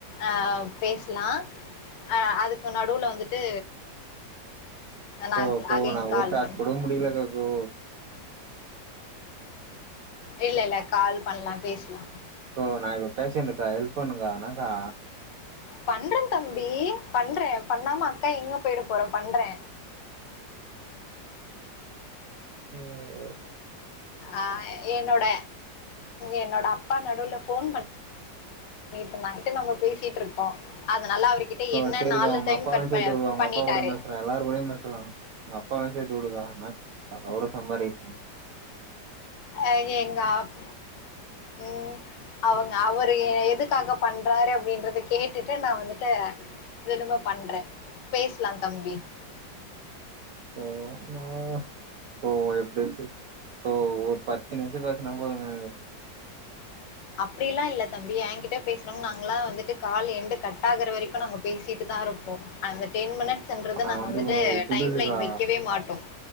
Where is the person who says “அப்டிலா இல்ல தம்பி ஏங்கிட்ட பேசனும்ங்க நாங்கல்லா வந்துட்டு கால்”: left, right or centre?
Left